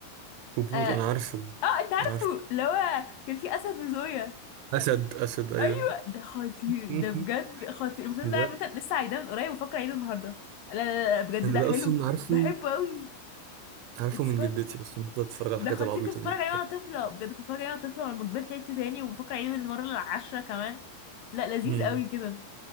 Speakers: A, on the right; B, on the left.
A: قبول
B: اه,
A: انا عارفه
B: آه أنت عارفه
A: عارف
B: اللي هو كان في أسد وزوية
A: اسد اسد ايوه
B: أيوه ده خطير
A: <laughs>
B: ده بجد خطير المسلسل ده
A: ده
B: عامة لسه عايداه من قريب وفاكرة أعيده النهاردة لا لا لا بجد
A: انا
B: ده
A: ده
B: حلو
A: اصلا عارفه
B: بحبه أوي
A: عارفه
B: it's
A: من
B: fun
A: جدتي اصلا كنت اتفرج على
B: ده
A: الحاجات
B: خطير
A: العبيطه
B: كنت بتفرج
A: دي
B: عليه وانا طفله بجد كنت بتفرج عليه وانا طفله ولما كبرت عدته تاني وبفكر اعيده المره العاشره كمان لا لذيذ
A: مم.
B: قوي كده